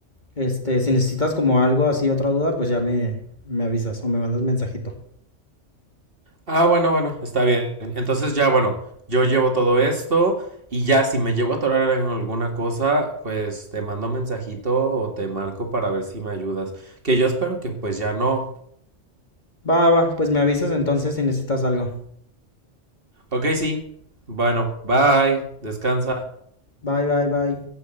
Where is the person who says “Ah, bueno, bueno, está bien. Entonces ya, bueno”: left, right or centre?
Right